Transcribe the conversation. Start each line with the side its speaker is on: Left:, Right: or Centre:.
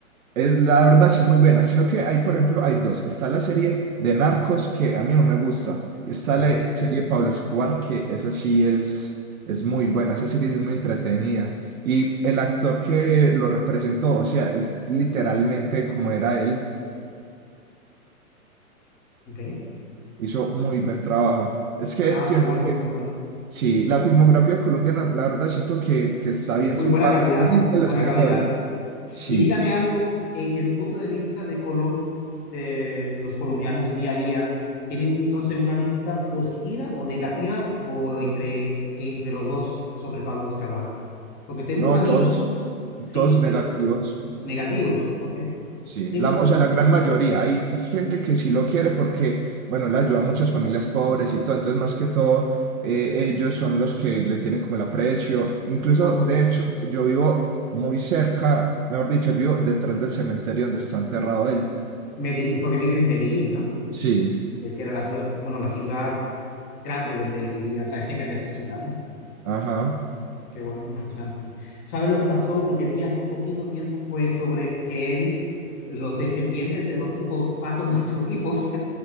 Right: Es, la verdad sí es muy buena, sino que hay, por ejemplo, hay dos. Está la serie de Narcos que a mí no me gusta. y Está
Left: Ok,
Right: la serie de Pablo Escobar que esa sí es, es muy buena, esa serie sí es muy entretenida. Y el actor que lo representó, o sea, es literalmente como era él,
Left: ok.
Right: hizo muy buen trabajo. Es que
Left: Ah,
Right: siento
Left: qué bueno,
Right: que,
Left: qué bueno.
Right: sí, la filmografía colombiana, la verdad siento que, que está bien,
Left: Es muy
Right: si-
Left: buena
Right: para
Left: calidad,
Right: mí es
Left: es
Right: de
Left: muy
Right: las
Left: buena
Right: mejores.
Left: calidad.
Right: Sí,
Left: Y dígame algo, en el punto de vista de Colom de los colombianos día a día, ¿tienen entonces una vista positiva o negativa o entre, entre los dos sobre Pablo Escobar? Porque tengo
Right: no,
Left: un amigo,
Right: todos,
Left: sí,
Right: todos negativos.
Left: pero- negativos, ok.
Right: Sí,
Left: Ten-
Right: la, o sea, la gran mayoría. Hay gente que sí lo quiere porque, bueno, le ayuda a muchas familias pobres y todo. Entonces, más que todo, eh, ellos son los que le tienen como el aprecio. Incluso,
Left: po-
Right: de hecho, yo vivo muy cerca, mejor dicho, yo vivo detrás del cementerio donde está enterrado él.
Left: Medi- porque vives en Medellín, ¿no?
Right: Sí,
Left: el que era la ciudad, bueno, la ciudad grande donde él vivía, o sea, cerca de esa ciudad, ¿no?
Right: ajá.
Left: Qué bueno, qué interesante. sabe lo que pasó? Lo que vi hace poquito tiempo fue sobre que él, los descendientes de los hipopátomos, <laughs> los hipos,